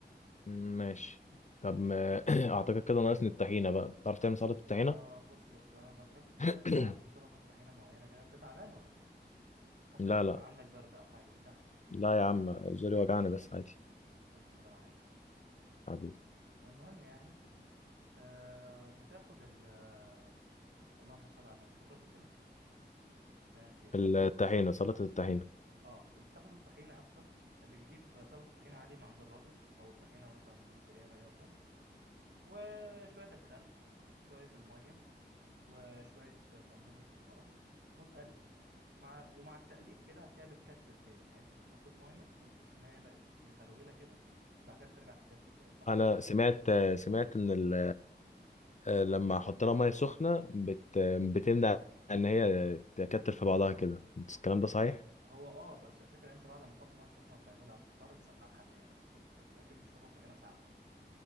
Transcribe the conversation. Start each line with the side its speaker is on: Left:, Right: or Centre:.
Left: م- ماشي طب ما <clears throat> اعتقد كده ناقصني الطحينة بقى تعرف تعمل سلطة الطحينة
Right: آه بص يا اسطى انا بحب
Left: <clears throat>
Right: اعمل سلطه طحينه معينه كده انت تعبان ولا ايه حاسك
Left: لا
Right: تعبان
Left: لا
Right: عندك برد او حاجه بكحكح
Left: لا يا عم زوري وجعني بس عادي
Right: الف سلام عليك يا حبيبي
Left: حبيبي
Right: المهم يعني آه بتاخد ال آه، اللهم صل على النبي كنت بتكلم في ايه أنا نسيت
Left: الطحينة سلطة الطحينة
Right: اه بتاخد الطحينه يا اسطى بتجيب سلطه طحينه عادي من عند الراجل او الطحينه مثلا اللي انت جايبها جاهزه وشويه الخل شويه الميه وشوية كمون وكزبرة وتقلب مع ومع التقليب كده هتلاقيها بتكتل تاني يعني انت تقوم حطيت مية وتحس ان هي بقت مفرولة كده بعد كده بترجع تكتل تاني تحط
Left: انا
Right: مية
Left: سمعت سمعت ان ال آه، لما احط لها ميه سخنه بت... بتمنع ان هي تكتل في بعضها كده الكلام ده صحيح
Right: هو اه بس الفكرة ان انت بعد ما تحط مية سخنة وتعملها هتضطر تسقعها تاني انت مش هتاكل اكيد مش هتاكل طحينة ساقعة